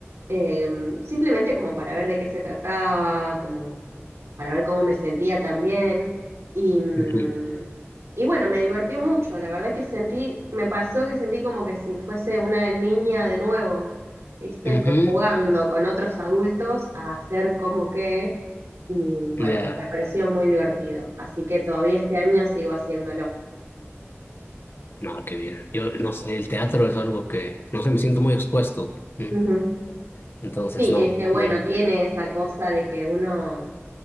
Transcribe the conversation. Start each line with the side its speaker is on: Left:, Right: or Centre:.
Right: eh, simplemente como para ver de qué se trataba, como para ver cómo me sentía también. Y, mm,
Left: Ujú.
Right: y bueno, me divertió mucho. La verdad que sentí, me pasó que sentí como que si fuese una niña de nuevo, ¿viste?
Left: Ujú.
Right: Co- Jugando con otros adultos a hacer como que. Y bueno,
Left: Ya.
Right: me pareció muy divertido. Así que todavía este año sigo haciéndolo.
Left: No, qué bien. Yo no sé, el teatro es algo que, no sé, me siento muy expuesto. ¿sí?
Right: Ujú.
Left: Entonces,
Right: Sí,
Left: no,
Right: es que bueno,
Left: no.
Right: tiene esa cosa de que uno